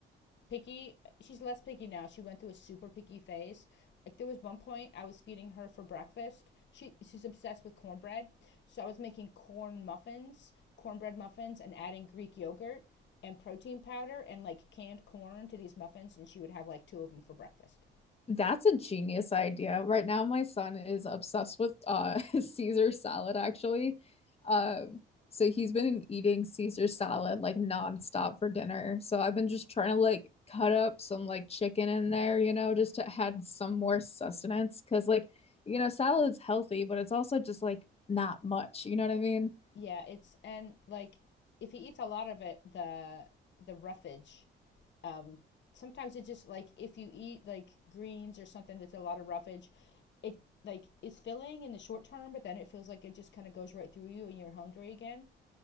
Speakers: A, on the left; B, on the left.
A: picky. She's less picky now. She went through a super picky phase. Like there was one point I was feeding her for breakfast. She she's obsessed with cornbread. So I was making corn muffins, cornbread muffins and adding Greek yogurt and protein powder and like canned corn to these muffins and she would have like two of them for breakfast.
B: That's a genius idea. Right now, my son is obsessed with uh, <laughs> Caesar salad, actually. Um, so he's been eating Caesar salad like nonstop for dinner. So I've been just trying to like cut up some like chicken in there, you know, just to add some more sustenance. Cause like, you know, salad's healthy, but it's also just like not much. You know what I mean?
A: Yeah, it's and like if he eats a lot of it, the the roughage um, sometimes it's just like if you eat like greens or something that's a lot of roughage, it like is filling in the short term, but then it feels like it just kind of goes right through you and you're hungry again.